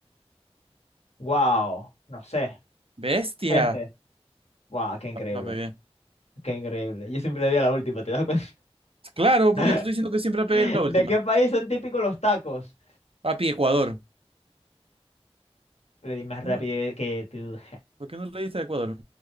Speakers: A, on the left (about 80°); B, on the right (about 60°).
A: Wow. No sé.
B: Bestia.
A: Este. Wow, qué increíble.
B: La, la pegué.
A: Qué increíble. Yo siempre le di a la última, ¿te das cuenta?
B: Claro,
A: <laughs>
B: porque te estoy diciendo que siempre la pegué la última.
A: ¿De qué país son típicos los tacos?
B: Papi, Ecuador.
A: Le di más rápido
B: Ah,
A: que tú.
B: ¿Por qué no leíste a Ecuador?